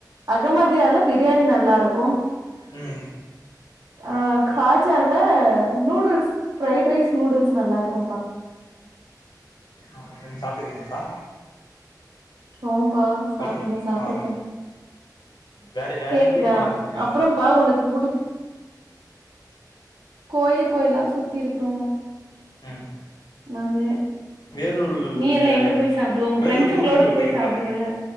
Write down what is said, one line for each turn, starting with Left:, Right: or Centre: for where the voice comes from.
Right: அகமதியார்ல பிரியாணி நல்லாருக்கு
Left: ம்
Right: ஆ காஜால நூடுல்ஸ் ஃப்ரைட் ரைஸ் நூடுல்ஸ் நல்லாருக்கும்ப்பா
Left: ஆ நீங்க சாப்ட்டுருக்கீங்களாக்கா
Right: ஓம்பா சாப்ட்ருக்கே
Left: ஹலோ
Right: சாப்ட்ருக்கே
Left: ஆ வேற வேற
Right: கேக்குதா
Left: எங்கேயு போனது இல்லையா
Right: அப்றம் பா உனக்கு புடிச் கோயில் கோயிலா சுத்திருக்கிறோ
Left: ம்
Right: நானு
Left: வேலூர்
Right: நீ எல்லா
Left: இந்த
Right: எங்க போய் சாப்பிடுவ உங்க
Left: வேலூர்
Right: ஃபிரெண்ட்ஸுங்களோட
Left: முருகன் கோயில்
Right: போய்
Left: போய்க்கிறீங்களா
Right: சாப்டுவல்ல